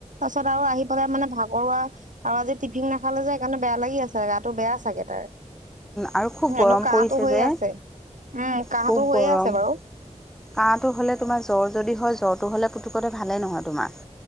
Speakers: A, on the right; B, in the centre.
A: তাৰ পিছত আৰু আহি পেলাই মানে ভাগৰুৱা আৰু আজি টিফিন নাখালে যে সেইকাৰণে বেয়া লাগি আছে গাটো বেয়া চাগে তাৰ
B: আৰু খুব
A: হনো
B: গৰম
A: কাহটো
B: পৰিছে
A: হৈয়ে
B: যে
A: আছে উম কাহটো
B: খুব
A: হৈয়ে
B: গৰম
A: আছে বাৰু
B: কাহটো হ'লে তোমাৰ জ্বৰ যদি হয় জ্বৰটো হ'লে পুতুকতে ভালে নহয় তোমাৰ